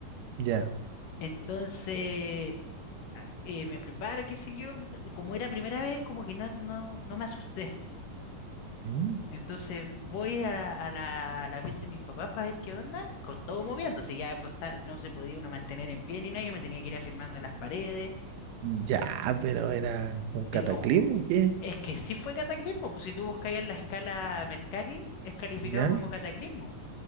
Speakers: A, on the right (about 80°); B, on the left (about 65°).
A: ya.
B: Entonces eh, me preparo, qué sé yo, como era primera vez, como que no, no, no me asusté.
A: Mm.
B: Entonces voy a la, a la, a la pieza de mis papás para ver qué onda, con todo moviéndose, ya costa- no se podía uno mantener en pie ni nada, yo me tenía que ir afirmando en las paredes,
A: Ya, pero era un cataclismo,
B: te lo... ju-
A: ¿qué?
B: Es que sí fue cataclismo, pues si tú buscas en la escala Mercalli, es calificado
A: Ya,
B: como cataclismo,